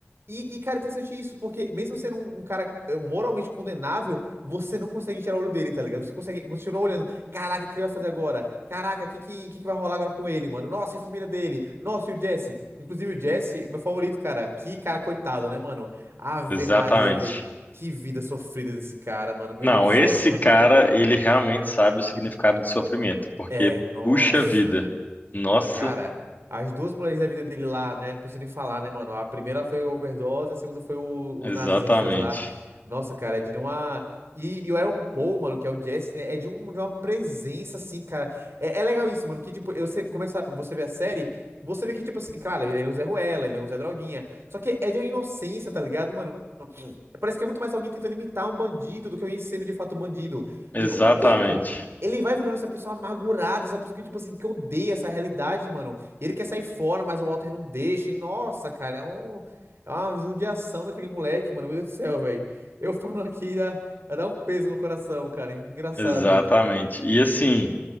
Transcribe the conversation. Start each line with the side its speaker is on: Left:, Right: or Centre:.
Right: E, e, cara, interessante isso, porque mesmo sendo um, um cara eh, moralmente condenável, você não consegue tirar o olho dele, tá ligado? Você consegue continuar olhando. Caraca, o que ele vai fazer agora? Caraca, o que, que, que que vai rolar agora com ele, mano? Nossa, e a família dele. Nossa, e o Jesse. Inclusive, o Jesse, meu favorito, cara. Que cara coitado, né, mano? Ave
Left: Exatamente.
Right: Maria, véi. Que vida sofrida desse cara, mano. Meu
Left: Não,
Right: Deus do céu,
Left: esse
Right: mano.
Left: cara, ele realmente sabe o significado do sofrimento, porque
Right: É, nossa.
Left: puxa vida. Nossa,
Right: Cara, as duas mulheres da vida dele lá, né? Não preciso nem falar, né, mano? A primeira foi overdose, a segunda foi o- os
Left: exatamente.
Right: nazistas lá. Nossa, cara, é de uma. E, e o Aaron Paul, mano, que é o Jesse, né, é de, um, de uma presença, assim, cara. É, é legal isso, mano, que, tipo, eu- você começa, você vê a série, você vê que, tipo assim, claro, ele é um Zé Ruela, ele é um Zé Droguinha. Só que é de uma inocência, tá ligado, mano? Parece que é muito mais alguém tentando imitar um bandido do que alguém sendo de fato um bandido.
Left: Exatamente.
Right: E com o tempo, ele vai virando essa pessoa amargurada, essa pessoa que, tipo assim, que odeia essa realidade, mano. E ele quer sair fora, mas o Walter não deixa. E nossa, cara, é um. É uma judiação daquele moleque, mano. Meu Deus do céu, velho. Eu falando aqui dá, dá um peso no coração, cara. Engraçado.
Left: Exatamente. E assim,